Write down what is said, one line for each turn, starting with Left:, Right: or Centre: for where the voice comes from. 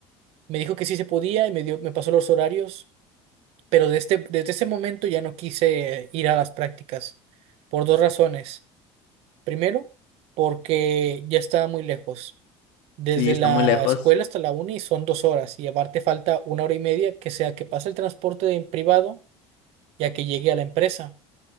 Right: Me dijo que sí se podía y me dio, me pasó los horarios, pero desde, desde ese momento ya no quise ir a las prácticas por dos razones. Primero, porque ya estaba muy lejos. Desde
Left: Sí, está
Right: la
Left: muy lejos.
Right: escuela hasta la uni son dos horas y aparte falta una hora y media que sea que pase el transporte en privado ya que llegue a la empresa.